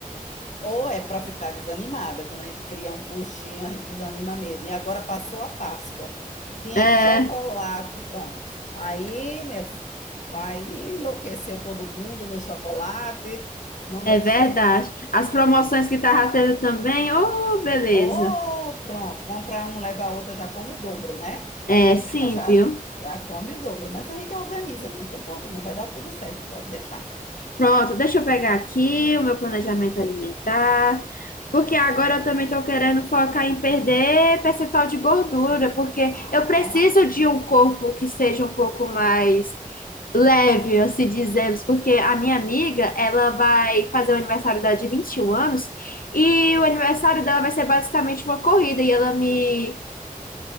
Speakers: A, on the left (about 55°); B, on the left (about 75°).
A: Ou é para ficar desanimada, quando a gente cria um buchinho, a gente desanima mesmo. E agora passou a Páscoa, tinha
B: É,
A: chocolate, pronto. Aí, minha, aí enlouqueceu todo mundo no chocolate, não
B: É
A: deu
B: verdade.
A: certo.
B: As promoções que tava tendo também, oh, beleza.
A: Oh, pronto, compra um, leva a outra, já come o dobro, né?
B: É,
A: Já,
B: sim,
A: já,
B: viu?
A: já come o dobro, mas a gente organiza, não tem problema, vai dar tudo certo, pode deixar.
B: Pronto, deixa eu pegar aqui o meu planejamento alimentar, porque agora eu também estou querendo focar em perder percentual de gordura, porque
A: Ah,
B: eu preciso de um corpo que seja um pouco mais leve, assim dizemos, porque a minha amiga, ela vai fazer o aniversário dela de 21 anos, e o aniversário dela vai ser basicamente uma corrida, e ela me